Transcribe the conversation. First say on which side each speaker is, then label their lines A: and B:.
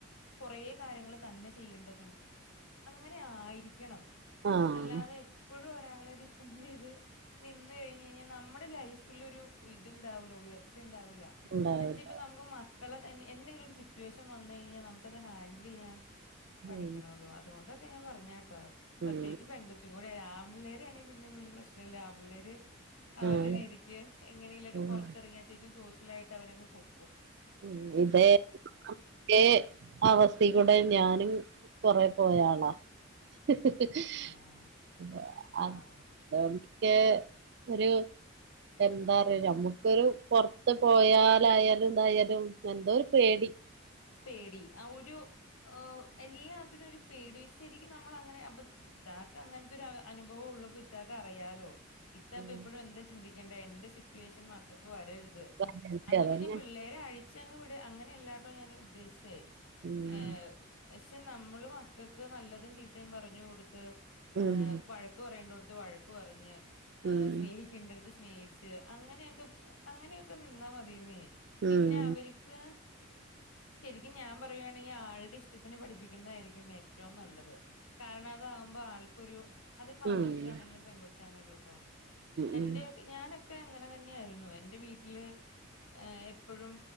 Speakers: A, on the left; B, on the right.
A: കൊറേ കാര്യങ്ങൾ തന്നെ ചെയ്യേണ്ടതും അങ്ങനെ ആയിരിക്കണം
B: ആഹ്
A: അല്ലാതെ എപ്പഴും ഒരാളെ ഡിപ്പെൻഡ് ചെയ്ത് നിന്ന് കഴിഞ്ഞഴിഞ്ഞാൽ ന നമ്മുടെ ലൈഫിൽലൊരു ഇത്ണ്ടാവില്ല. ഉയർച്ചയുണ്ടാവൂല്ല
B: ഉണ്ടായത്
A: എൻച്ചിപ്പ നമുക്ക് മക്കളെ തന്നെ എന്നേലും റ്റുവേഷൻ വന്ന് കഴിഞ്ഞാ നമുക്കത് ഹാൻഡില് ചെയ്യാൻ പഠിക്കണോല്ലോ
B: ഉം
A: അതുകൊണ്ടൊക്കെ ഞാൻ പറഞ്ഞേ. ട്ടോ പ്രത്യേകിച്ച്
B: ഉം
A: പെങ്കച്ചും കൂടെ ആമ്പിള്ളേരാണേൽ പിന്നെ വല്ല്യ പ്രശ്നല്ല ആമ്പിള്ളേര് അവരുടെ
B: ഉം
A: രീതിക്ക് എങ്ങനെലൊക്കെ
B: ഉം
A: പൊറത്തിറങ്ങിയത്യാവശ്യം സോഷ്യലായിട്ട് അവരങ് പോം
B: ഉ ഇതേ തെ അവസ്ഥി കൂടെ ഞാനും കൊറെ പോയാളാ ഹ് ഹ്
A: ആഹ്
B: <unintelligible>
A: ആഹ് ആഹ്
B: ഒരു എന്താ റ നമ്മുക്കൊരു പോറ്ത്ത് പോയാലായാലും ഇതായാലും തും എന്തോര് പേടി
A: പേടി അ ഒരു ആഹ് എല്ലാത്തിനൊരു പേടി ശരിക്കും നമ്മൾ അങ്ങനെ അപ്പം ത്താക്ക് അങ്ങൻത്തെ ഒരൂ അനുഭവം ള്ളപ്പോ ത്താക്കറിയാലോ ഇത്ത ഇപ്പ
B: ഉം
A: എപ്പഴും എന്താ ചിന്തിക്കേണ്ടേ എന്റെ സിറ്റുവേഷൻ മക്കൾക്ക് വരരുത് ത്
B: അതന്നെ
A: അന്ന്
B: അതന്നെ
A: ച്ചീന്നാ പിള്ളേരാ ഴിച് <unintelligible> അങ്ങനെയല്ലാട്ടോ ഞാൻ ഉദ്ദേശിച്ചേ
B: ഉം
A: ഹേ ക്ഷെ നമ്മള് മക്കക്ക് നല്ലതും ചീത്തയും പറഞ് കൊടുത്ത് ഹേ
B: ഉം
A: വഴക്ക് പറയേണ്ടോ ത്ത് വഴക്ക് പറഞ് ഹേ
B: ഉം
A: സ്നേഹിക്കണ്ടെട്ത്ത് സ്നേഹിച്ച് അങ്ങനെയൊക്കെ അങ്ങനെയൊക്കെ നിന്നാ മതിയന്നേ
B: ഉം
A: പിന്നെ അവര്ക്ക്- ശരിക്കും ഞാൻ പറയുയാണെങ്കി ആളുടെ ഇഷ്ടത്തിന് പഠിപ്പിക്കുന്നതായിരിക്കും ഏറ്റവും നല്ലത്- കാരണം അതാകുമ്പോ ആൾക്കൊരു- അതിപ്പ
B: ഉം ഉം
A: ആങ്കോച്ചാ ണെങ്കിലും പെങ്കോച്ചാണെങ്കിലും ട്ടോ എന്റെ
B: ഉം
A: ഞാനൊക്കെ അങ്ങനെതെന്നെയായിയിരുന്നു- ഇന്റെ വീട്ടില് ഏഹ് എപ്പഴും